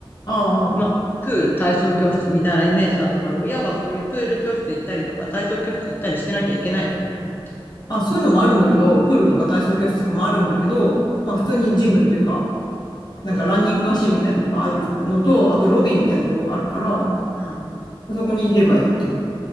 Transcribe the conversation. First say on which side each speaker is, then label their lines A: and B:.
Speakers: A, on the left; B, on the left.
A: あ
B: まあ、ププール体操教室みたいなイメージだったから、親がそういうプール教室行ったりとか、体操教室行ったりしてなきゃいけないのかと思う。
A: あ、あ、そういうのもあるんだけど、プールとか体操教室とかもあるんだけど、まあ普通にジムっていうか、なんかランニングマシーンみたいなとかあるのと、
B: うん。
A: あとロビーみたいなところがあるから、
B: うん
A: そこにいればいいってこと。